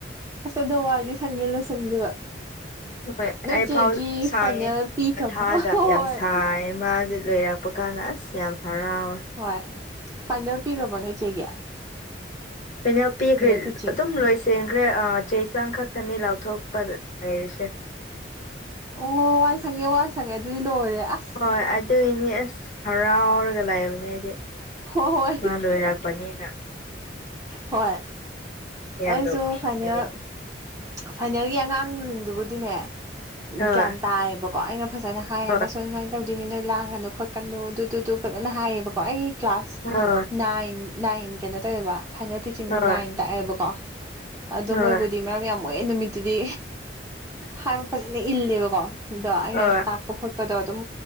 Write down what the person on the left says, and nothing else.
ꯍꯣꯏ
ꯑꯩ
ꯐꯥꯎ
ꯁꯥꯡꯉꯦ
ꯊꯥꯒ
ꯌꯥꯝ ꯁꯥꯡ ꯃꯥꯁꯦ ꯂꯣꯏꯔꯄ ꯄꯀꯥꯟ ꯑꯁ ꯌꯥꯝ ꯍꯔꯥꯎꯋꯦ
ꯂꯣꯏꯅ ꯄꯤꯈ꯭ꯔꯦ
ꯑꯗꯨꯝ ꯂꯣꯏꯁ ꯆꯦꯟꯈ꯭ꯔꯦ ꯆꯦ ꯆꯥꯡ ꯈꯛꯇꯅꯤ ꯂꯥꯎꯊꯣꯛꯄ ꯂꯩꯔꯤꯁꯦ
ꯍꯣꯏ ꯑꯗꯨꯒꯤꯅꯤ ꯑꯁ ꯍꯔꯥꯎꯔꯒ ꯂꯥꯛꯏꯕꯅꯦ ꯑꯩꯗꯤ
ꯃꯥ ꯂꯣꯏꯔꯥꯛꯄꯅꯤꯅ
ꯌꯥꯝ
ꯅꯣꯛꯅꯤꯡꯕꯅꯦ
ꯍꯣꯏ
ꯍꯣꯏ
ꯍꯣꯏ ꯍꯣꯏ
ꯍꯣꯏ
ꯍꯣꯏ
ꯍꯣꯏ ꯍꯣꯏ